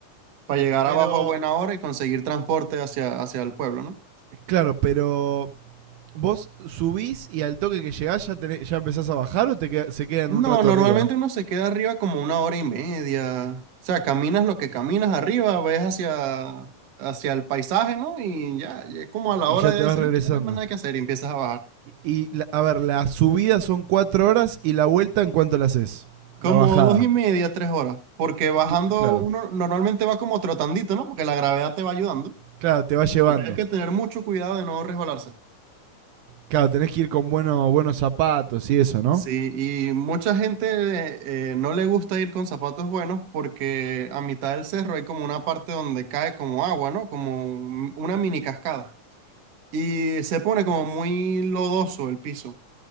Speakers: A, on the right; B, on the right.
A: para llegar
B: pero,
A: abajo a buena hora y conseguir transporte hacia, hacia el pueblo, ¿no?
B: claro, pero vos subís y al toque que llegás ya, tenés- ya empezás a bajar o te queda- se quedan
A: No,
B: un rato
A: normalmente
B: arriba
A: uno se queda arriba como una hora y media, o sea, caminas lo que caminas arriba, ves hacia, hacia el paisaje, ¿no? Y ya, ya como a la
B: y
A: hora
B: ya
A: ya
B: te
A: dices,
B: vas regresando.
A: "Ah, ya no hay más nada que hacer y empiezas a bajar.
B: Y la- a ver, la subida son cuatro horas y la vuelta en cuánto la haces.
A: Como
B: La bajada.
A: dos y media, tres horas, porque bajando
B: Cl- claro.
A: uno normalmente va como trotandito, ¿no? Porque la gravedad te va ayudando.
B: Claro, te va llevando.
A: Lo que hay que tener mucho cuidado de no resbalarse.
B: Claro, tenés que ir con bueno- buenos zapatos y eso, ¿no?
A: Sí, y mucha gente eh, no le gusta ir con zapatos buenos porque a mitad del cerro hay como una parte donde cae como agua, ¿no? Como un- una mini cascada. Y se pone como muy lodoso el piso.